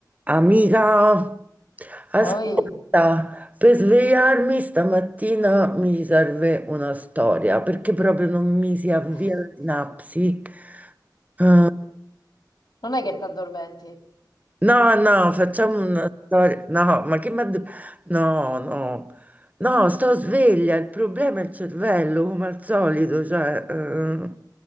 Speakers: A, on the right (about 20°); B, on the left (about 70°).
A: Amica, ascolta,
B: Poi
A: per svegliarmi stamattina mi serve una storia perché proprio non mi si avvia
B: <laughs>
A: la sinapsi. Eh,
B: non è che ti addormenti.
A: no, no, facciamo una storia. No, ma che mi ha de- No, no, no, sto sveglia. Il problema è il cervello, come al solito, cioè. eh.